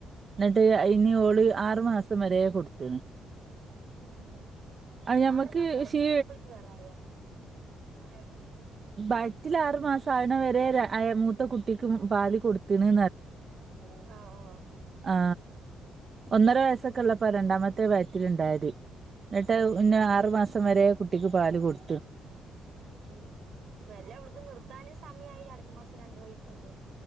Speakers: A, on the right; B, on the right.
A: ന്നിട്ട് അ ഇനി ഓള് ആറു മാസം വരെ കൊടുത്ത്ണ്
B: ഉം
A: അത് ഞമ്മക്ക്
B: ആറുമാസ ആയിട്ടുള്ള
A: ക്ഷീ
B: അപ്പൾ ക്ക് വേറെ യാ
A: വയറ്റിലാ ആറു മാസ ആ മൂത്ത കുട്ടിക്ക് പാല് കൊടുത്ത്ണ്
B: ആഹ ആഹ
A: ആ ഒന്നര വയസ്സൊക്കെ ഇള്ളപ്പ രണ്ടാമത്തെ വയറ്റിലുണ്ടായത്. ന്നിട്ട്
B: ഉം
A: ഇന്ന ആറു മാസം വരെ കുട്ടിക്ക് പാല് കൊടു
B: ഉം നല്ല അവൾക്ക് നിർത്ത ത്താനും സമയമായി അടുത്ത മാസം രണ്ടു വയസ്സല്ലേ